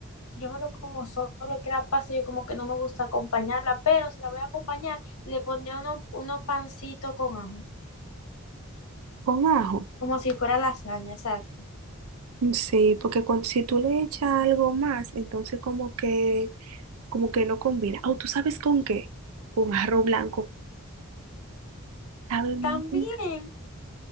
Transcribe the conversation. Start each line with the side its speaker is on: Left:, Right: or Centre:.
Left: Yo me lo como solo, que la pasta, yo como que no me gusta acompañarla, pero si la voy a acompañar, le pondría uno, uno pancito con ajo,
Right: Con ajo.
Left: como si fuera lasaña, exacto.
Right: Sí, porque cuando, si tú le echas algo más, entonces como que, como que no combina. Oh, ¿tú sabes con qué? Con arroz blanco. Sabe muy-
Left: También